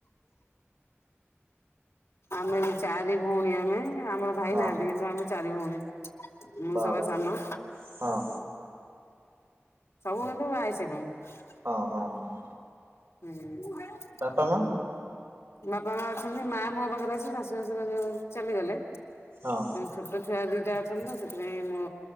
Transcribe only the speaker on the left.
ଆମେ ଏ ଚାରି ଭଉଣୀ ଆମେ ଆମର ଭାଇ
ନାହାନ୍ତି। କିନ୍ତୁ ଆମେ ଚାରି ଭଉଣୀ। ମୁଁ
ସବା ସାନ।
ସବୁ କିନ୍ତୁ ବହାହେଇ ସାଇଲୁଣି।
ହୁଁ।
ବାପା ମା ଅଛନ୍ତି ମା ମୋ ପାଖରେ ଅଛି, ଶାଶୁ ଶାଶୁର ଯୋଉ ଚାଲିଗଲେ।
ଛୋଟ ଛୁଆ ଦିଟା ଅଛନ୍ତି ତ ସେଥିପାଇଁ ମୋ